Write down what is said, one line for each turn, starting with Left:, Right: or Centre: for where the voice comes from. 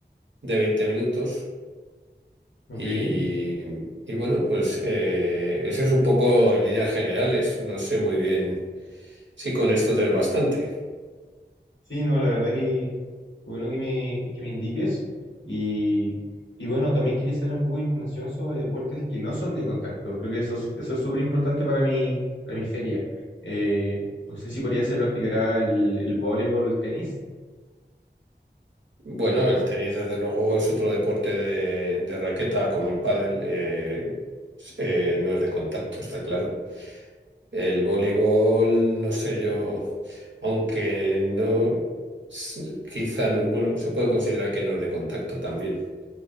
Right: de 20 minutos
Left: Ok.
Right: y, y bueno, pues eh, eso es un poco en líneas generales. No sé muy bien si con esto te es bastante.
Left: Sí, no, la verdad que bueno que me, que me indiques. Y, y bueno, también quería saber un poco de información sobre deportes que no son de contacto. Creo que eso es, eso es súper importante para mi, para mi feria. Eh, no sé si por allá se practicará el, el voleibol, el tenis.
Right: Bueno, el tenis desde luego es otro deporte de, de raqueta como el pádel, eh, eh, no es de contacto, está claro. El voleibol, no sé yo, aunque no, s- quizá, no- bueno, se puede considerar que no es de contacto también.